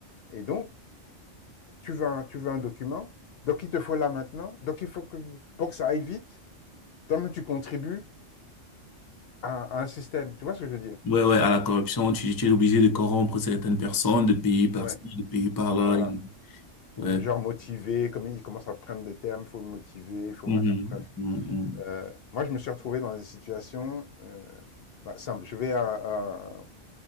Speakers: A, on the left (about 60°); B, on the left (about 30°).
A: Et donc, tu veux un, tu veux un document, donc il te faut là maintenant, donc il faut que, pour que ça aille vite, toi-même tu contribues à, à un système, tu vois ce que je veux dire?
B: Ouais, ouais, à la corruption, tu, tu es obligé de corrompre certaines personnes, de payer par-ci,
A: Ouais,
B: de payer par-là.
A: voilà.
B: et- Ouais.
A: Genre motivé, comme il commence à prendre des termes, il faut motiver, il faut
B: Mhm.
A: machin, bref.
B: Mhm. Mhm.
A: Euh, moi, je me suis retrouvé dans des situations, euh, bah, simple. Je vais à, à-